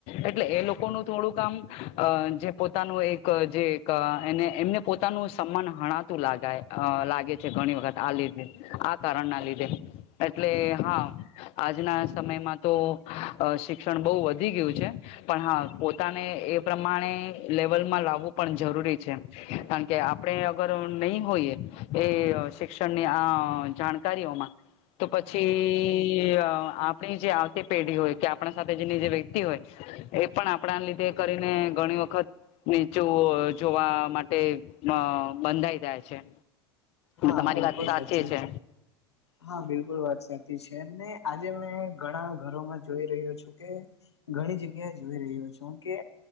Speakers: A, on the left; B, on the left.
A: એટલે એ લોકો થોડું કામ, જે પોતાનું એક જે એમને પોતાનું સમાન હણા લાગાય લાગે છે ઘણી વખત આ લીધે આ કારણ ના લીધે. એટલે હા. આજના સમયમાં તો, શિક્ષણ બહુ વધી ગયું છે, પણ હા. પોતાને એ પ્રમાણે લેવલમાં લાવવું પણ જરૂરી છે, કારણ કે આપણે અગર નહી હોઈએ, એ શિક્ષણની આ જાણકારીઓમાં તો પછી આપ આપની જે આવતી પેઢી હોય કે આપણા સાથે જેની જે વ્યક્તિ હોય, એ પણ આપણા લીધે કરીને ઘણી વખત નીચું જોવા માટે બંધાઈ જાય છે.
B: હા
A: તમારી
B: બિલકુલ
A: વાત
B: સાચી
A: છે
B: હા, બિલકુલ વાત સાચ આજે મેં ઘણા ઘરોમાં જોઈ રહ્યો છું કે ઘણી જગ્યા જોઈ રહ્યો છું કે,